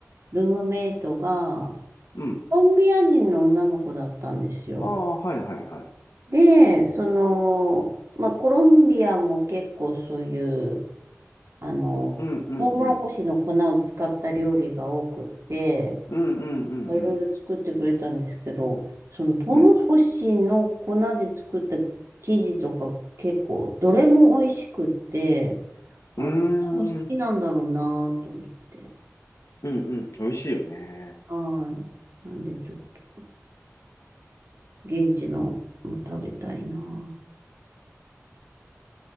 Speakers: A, on the right; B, on the left.
A: ルームメイトが、
B: うん。
A: コロンビア人の女の子だったんですよ。
B: ああ、はいはいはい。
A: で、その、まあ、コロンビアも結構そういう、あの、
B: うんうんうん。
A: トウモロコシの粉を使った料理が多くって、
B: うんうんうんうん。
A: いろいろ作ってくれたんですけど、そのトウモロコシの粉で作った生地とか結構、
B: うん。
A: どれも美味しくって、あ、
B: うー
A: 多分好きなんだろうなと思って。
B: ん。うんうん。美味しいよね。
A: はい。なんでちょっと現地のも食べたいな